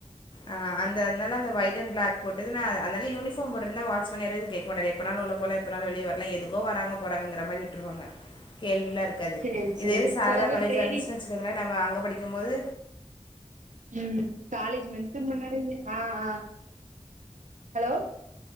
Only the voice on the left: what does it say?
அ அந்த அதனால அந்த ஒய்ண்ட் அண் பிளாக் போட்டுது நா அதனால யூனிஃபார் போட்டிருந்தா வாட்சமன் வேற எது கேக் <inaudible> எப்பனாலூ உள்ள போல எப்பனாலு வெளிய வர்ல எதுக்கோ வராங்க போறங்க மாரி விட்டுருவாங்க கேள்விலா இருக்காது
இதேது சாரதா
காலேஜா
இருந்துச்சுன்னு வச்சுக்கோங்களே நம்ம அங்க படிக்குமோது